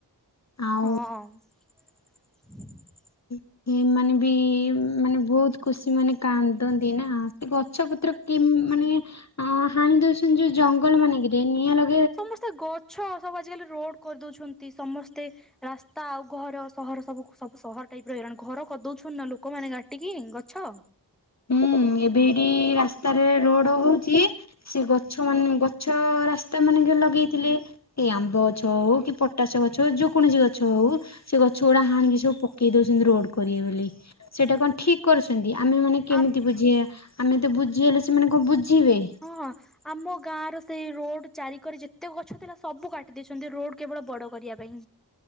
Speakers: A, in the centre; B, on the left.
A: ହଁ।
B: ଆଉ ହିଁ ସେମାନେ ବି ମାନେ ବହୁତ ଖୁସି ମାନେ କାନ୍ଦନ୍ତି ନା ସେ ଗଛ ଵୄ ପୁରା କିମ୍ ମାନେ ଆଁ ହାଣି ଦଉଛନ୍ତି ଯୋଉ ଜଙ୍ଗଲ ମାନଙ୍କରେ କି ନିଆଁ ଲ
A: ସମସ୍ତେ ଗଛ ସବୁ ଆଜିକାଲି ରୋଡ କରିଦଉଛନ୍ତି ସମସ୍ତେ ରାସ୍ତା ଆଉ ଘର ସହର ସବୁ ସବୁ ସହର ଟାଇପ ର ହେଇଲାଣି ଘର କରିଦଉଛନ୍ତି। ଥୋଡି ନା ଲୋକମାନେ କାଟିକି ଗଛ
B: ହୁଁ ଏବେ ଏଇଟି ରାସ୍ତାରେ ରୋଡ଼ ହଉ ଚି ସେ ଗଛ ମାନେ ଗଛ ରାସ୍ତା ମାନେ ଲଗେଇଥିଲେ ଏଇ ଆମ୍ବ ଗଛ ହଉ କି ପଟାଶ ଗ ଗଛ ହଉ କୌଣସି ଗଛ ହଉ ସେ ଗଛ ଗୁଡା ହାଣିକି ସବୁ ପକେଇ ଦଉଛନ୍ତି ରୋଡ କରିବେ ବୋଲି ସେଇଟା କଣ ଠିକ୍ କରୁଛନ୍ତି ଆମେ ମାନେ କେମିତି
A: ଆ
B: ବୁଝେଇବା ଆମେ ତ ବୁଝ୍ ବୁଝେଇଲେ ସେମାନେ କଣ ବୁଝିବେ?
A: ହଁ ଆମ ଗାଁ ର ସେଇ ରୋଡ ଚାରିିକଡେ ଯେତେ ଗଛ ଥିଲା ସବୁ କାଟି ଦେଇଛନ୍ତି ରୋଡ କେବଳ ବଡ କରିବା ପାଇଁ।